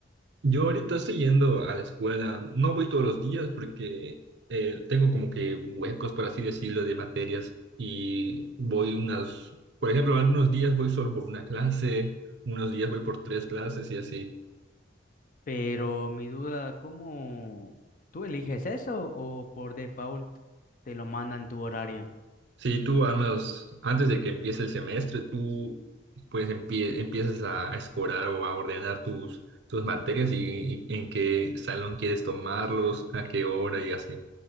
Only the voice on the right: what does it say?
Yo ahorita estoy yendo a la escuela. No voy todos los días porque eh, tengo como que huecos, por así decirlo, de materias. Y voy unas, por ejemplo, algunos días voy solo por una clase, unos días voy por tres clases y así.
Sí, tú al menos antes de que empiece el semestre, tú pues empie- empiezas a escorar o a ordenar tus, tus materias y, y en qué salón quieres tomarlos, a qué hora y así.